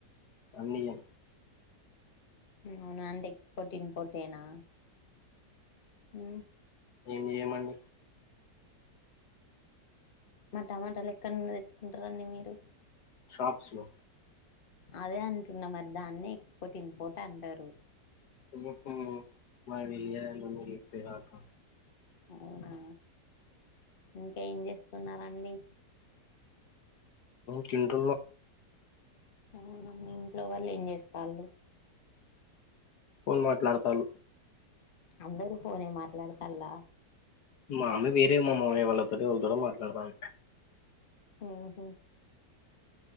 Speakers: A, on the left; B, on the left.
A: అన్నిఇగ
B: అవునా అండి ఎక్స్పోర్ట్ ఇంపోట్ ఏనా హ
A: ఏంచేయమండి
B: మా టమాటాలు ఎక్కడ నుంచి తెచ్చుకుంటారంండి మీరు
A: షప్స్లో
B: అదే అంటున్న మరి దాన్నే ఎక్స్పోర్ట్ ఇంపోర్ట్ అంటారు
A: హు హు మరి నువ్వు చెప్పేదాకా
B: అవునా ఇంకా ఏం చేస్తున్నండి
A: థింటన్న
B: అవునమి ఇంట్లో వాళ్ళు ఏం చేస్తారు
A: ఫోన్ మాట్లాడతారు
B: అందరు ఫోనే మాట్లాడతల్ల
A: మా అమ్మ వేరే మామ మమైయ వాళ్ళతోటి మాట్లాడుతుంది
B: ఎద్